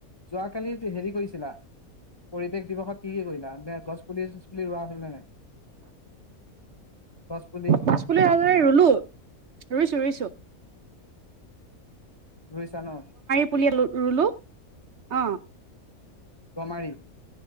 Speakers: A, on the left; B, on the right.
A: যোৱাকালি হেৰি কৰিছিলা পৰিৱেশ দিৱসত কি কি কৰিলা? গছ পুলি চছ পুলি ৰোৱা হল নে নাই? গছ পুলি
B: গছপুলি--হাজৰে ৰুলো। ৰুইছো ৰুইছো।
A: ৰৈছা ন।
B: পুলিয় আ- ৰুলোঁ। আহ।
A: গমাৰি।